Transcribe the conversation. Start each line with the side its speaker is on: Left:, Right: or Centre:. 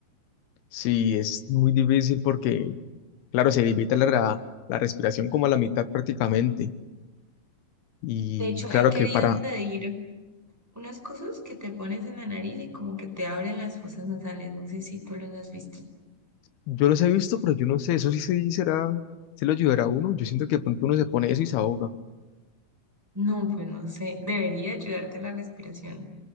Left: Sí, es muy difícil porque, claro, se limita la, la la respiración como a la mitad prácticamente. Y
Centre: De hecho,
Left: claro
Centre: he querido
Left: que para
Centre: pedir unas cosas que te pones en la nariz y como que te abren las fosas nasales, no sé si tú los has visto.
Left: Yo los he visto, pero yo no sé, eso sí, sí será, se lo ayudará a uno. Yo siento que de pronto uno se pone eso y se ahoga.
Centre: No, pues no sé, debería ayudarte la respiración,